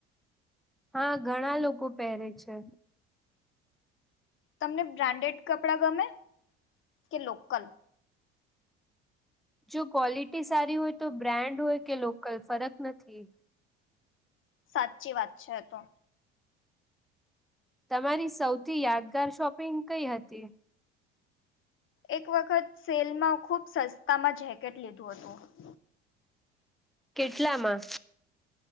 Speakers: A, in the centre; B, on the left.
A: હા ઘણા લોકો પહેરે છે
B: તમને બ્રાન્ડેડ કપડાં ગમે કે લોકલ
A: જો ક્વોલિટી સારી હોય તો બ્રાન્ડ હોય કે લોકલ ફરક નથી
B: સાચી વાત છે તો
A: તમારી સૌથી યાદગાર શોપિંગ કઈ હતી
B: એક વખત સેલમાં ખુબ સસ્તામાં જેકેટ લીધું હતું
A: કેટલામાં